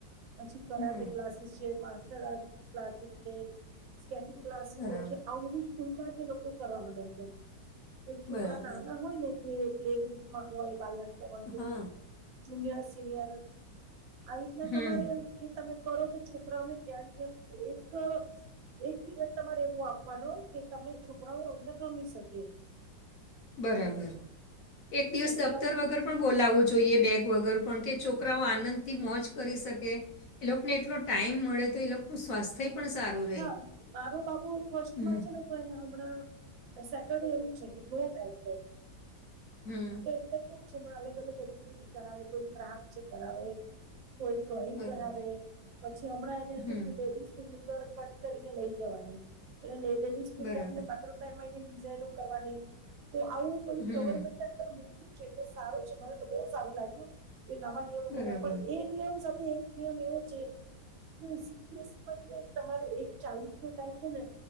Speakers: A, on the right (about 85°); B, on the left (about 65°).
A: પછી કરાટે.
B: હમ
A: ક્લાસીસ છે માસ્ટર ક્લાસીસ છે સ્કેટિંગ ક્લાસીસ
B: બરાબર
A: છે આવું બધું. સ્કૂલમાં જે લોકો કરવા માંડ્યા છે. એક છોકરા
B: બરાબર
A: નાના હોય ને કે પ્લેગુપ. <inaudible> ટુ
B: હા
A: થ જુનયર સિનિયર- આવી રીતના
B: હમ
A: તમારે કે તમે કરો તો છોકરાઓને ધ્યાનથી શું છે એક. એક દિવસ તમારે એવું આપવાનો કે તમે છોકરાઓ અંદર રમી શકે.
B: બરાબર એક દિવસ
A: એટલે
B: દફતર
A: આવું
B: વગર. પણ બોલાવવું જોઈએ બેગ વગર પણ કે છોકરાઓ આનંદ થી મોજ કરી શકે. એ લોકોને એટલો ટાઈમ મળે તો એ લોકોનું સ્વાસ્થ્ય પણ સારું. રહે
A: હા મારું બાબુ ફસ્ટમાં
B: હમ
A: છે ને. તો એના હમણાં સેટરડે એવું છે કે ન તારીખે.
B: હમ
A: એટલે કેવું છે અલગ અલગ એક્ટિવિટી કરાવે કોઈ ક્રાફ્ટ છે કરાવે. કોઈ ડ્રોઈંગ
B: બરાબર
A: કરાવે પછી હમણાં એને હતું
B: હમ
A: કે લેડીઝની અંદર. કટ કરીને લઈ જવાની એટલે લેડીસ ફિંગરને-
B: બરાબર
A: એમને ડિઝાઇનો કરવાની તો આવું બધું
B: હમ
A: ગવર્મેન્ટ અંદર- સારું છે મને તો બહુ સારું લાગ્યું એ નવા નિયમો
B: બરાબર
A: કર્યા પણ એ- નિયમ સાથે એક નિયમ એવો છે કે સીપીએસમાં જે- તમારે એક ચાલીસનો ટાઈમ છે ને